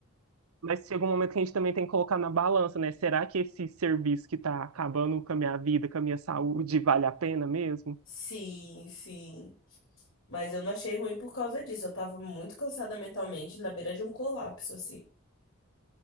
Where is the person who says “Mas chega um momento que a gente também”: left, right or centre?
Right